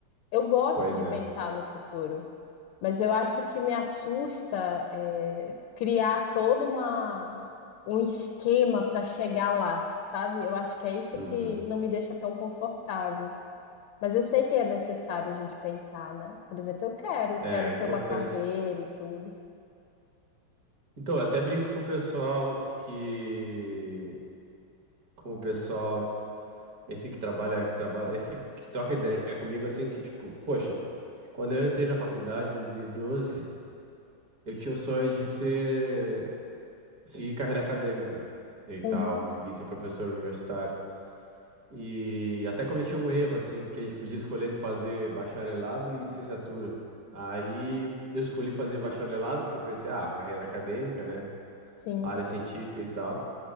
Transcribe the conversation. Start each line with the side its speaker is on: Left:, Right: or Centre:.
Left: Eu gosto
Right: Pois
Left: de
Right: é.
Left: pensar no futuro, mas eu acho que me assusta é, criar todo uma, um esquema para chegar lá, sabe? Eu acho que é isso
Right: Uhum.
Left: que não me deixa tão confortável. Mas eu sei que é necessário a gente pensar, né? Por exemplo, eu quero,
Right: É
Left: quero ter
Right: importante.
Left: uma carreira e tudo.
Right: Então, eu até brinco com o pessoal que. Com o pessoal, enfim, que trabalha, que trabalha, enfim, que troca ideia comigo, assim, que tipo, poxa, quando eu entrei na faculdade em 2012 eu tinha o sonho de ser. Segui carreira acadêmica e tal,
Left: Uhum,
Right: segui ser professor universitário. E até cometi um erro, assim, porque a gente podia escolher entre fazer bacharelado e licenciatura. Aí eu escolhi fazer bacharelado, porque eu pensei, ah, carreira acadêmica, né?
Left: sim.
Right: Área científica e tal.